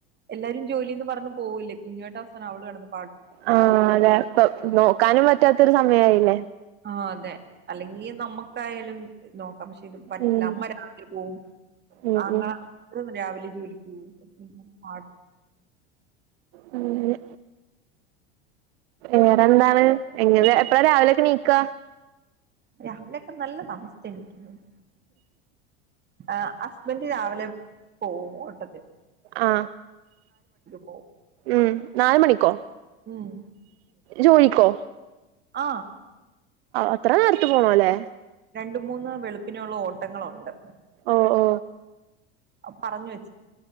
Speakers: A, on the right; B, on the right.
A: എല്ലാരും ജോലിന്ന് പറഞ്ഞ് പോകല്ലേ കുഞ്ഞിട്ട <unintelligible> അവള് കെടന്ന്
B: ആ അതെ നോക്കാനും പറ്റാത്ത ഒരു സമയ ആയില്ലേ
A: ആ അതെ അല്ലെങ്കി നമ്മക്കായാലും നോക്ക് <unintelligible> പറ്റില്ല
B: ഉം
A: അമ്മ രാവിലെ പോകും
B: ഉം
A: ആങ്ങളയ്ക്
B: ഉം
A: രാവിലെ ജോലിക്ക് പോകും <unintelligible>
B: മ് അതെ വേറെന്താണ് നിങ്ങള് എപ്പളാ രാവിലൊക്കെ എണീക്കാ
A: രാവിലൊക്കെ നല്ല താമസിച്ചാ എണിക്കുന്നത് ആ ഹസ്ബെന്റ് രാവിലെ പോം ഓട്ട
B: ആ
A: പോവും
B: ഉം നാലു മണിക്കോ
A: ഉം
B: ജോലിക്കോ
A: ആ
B: അത്ര നേരത്തെ പോണം ല്ലെ
A: രണ്ടു മൂന്ന് വെളിപ്പിനൊള്ള ഓട്ടങ്ങൾ ഒണ്ട്
B: ഓ ഓ
A: പറഞ്ഞു വെ